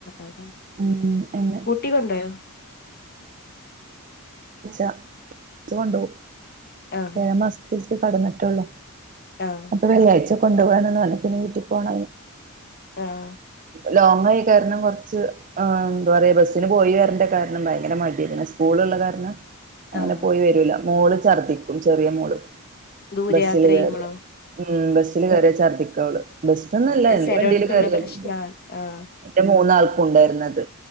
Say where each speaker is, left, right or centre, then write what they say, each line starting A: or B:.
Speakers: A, on the left; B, on the right.
A: അതാ
B: ഉം എന്ന.
A: കൂട്ടി കൊണ്ടൊയോ?
B: ഈ വെള്ളിയാഴ്ച- കൂട്ടികൊണ്ടോവും
A: ആഹ്
B: ഏഴാ മാസത്തിലക്ക് കടന്നിട്ടള്ളൂ.
A: ആഹ്.
B: അപ്പ വെള്ളിയാഴ്ച കൊണ്ട്- പോകന്നന്ന് പറഞ്ഞ പിന്നെ വീട്ടിൽ പോണ.
A: ആഹ്.
B: ലോങ്ങായ കാരണം കുറച്ച്- ആഹ് എന്താ പറയാ ബസ്സിന് പോയി, വരന്റെ കാരണം ഭയങ്കര മടിയാ പിന്നെ സ്കൂളുള്ള കാരണം- അങ്ങനെ
A: ആഹ്
B: പോയി വരൂല മോള് ഛർദ്ദിക്കും, ചെറിയ മോള്.
A: ദൂരയാത്ര
B: ബസ്സില് കേയറിയ
A: ചെയ്യുമ്പളോ
B: ഉം, ബസ്സില് കേയറിയ ഛർദിക്കുഅവള്. ബസ്സന്നല്ലാ
A: അത്
B: എന്ത്‌
A: ചെലോർക്കുള്ള
B: ബണ്ടീ ല് കയറിയാലും
A: പ്രശ്നാണ് ആഹ് ആഹ്
B: എന്റെ മൂന്നാൾക്കും ഉണ്ടായിരുന്നത്